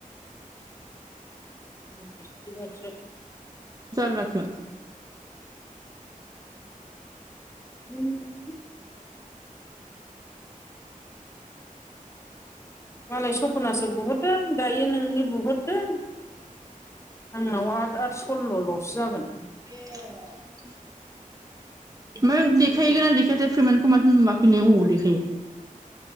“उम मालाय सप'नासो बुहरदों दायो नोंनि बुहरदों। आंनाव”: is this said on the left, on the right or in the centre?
Left